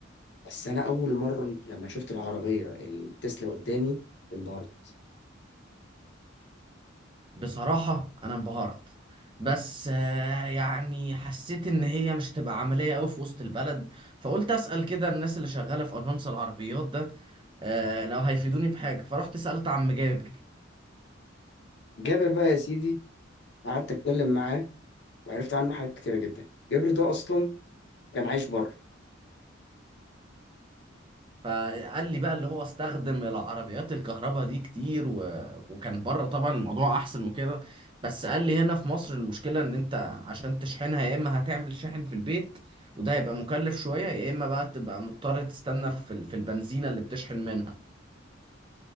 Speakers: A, on the left; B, on the right.
A: بس انا اول مره لما شفت العربيه التسلا قدامي انبهرت
B: بصراحة أنا انبهرت بس آه، يعني حسيت إن هي مش هتبقى عملية أوي في وسط البلد فقلت أسأل كده الناس اللي شغالة في أجانس العربيات ده آه، لو هيفيدوني بحاجة فرحت سألت عم جابر
A: جابر بقى يا سيدي قعدت اتكلم معاه وعرفت عنه حاجات كتيره جدا جابر ده اصلا كان عايش بره
B: فقال لي بقى اللي هو استخدم العربيات الكهرباء دي كتير و... وكان بره طبعا الموضوع أحسن وكده بس قال لي هنا في مصر المشكلة إن أنت عشان تشحنها يا إما هتعمل شاحن في البيت وده هيبقى مكلف شوية يا إما بقى تبقى مضطر تستنى في ال- في البنزينة اللي بتشحن منها